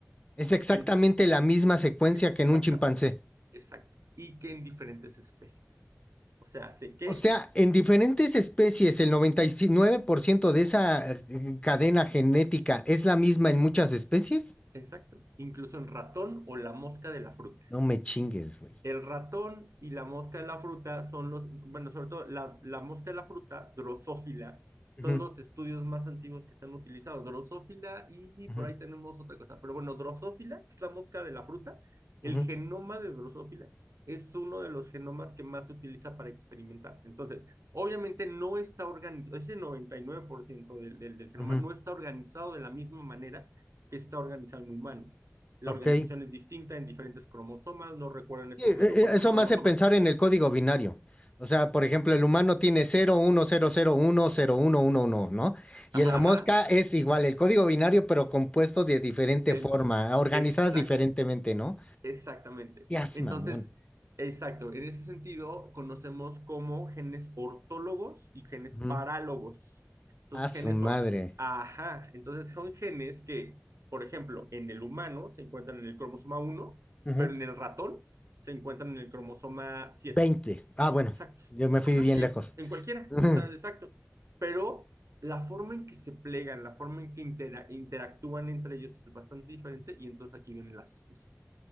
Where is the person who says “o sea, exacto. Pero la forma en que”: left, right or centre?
Right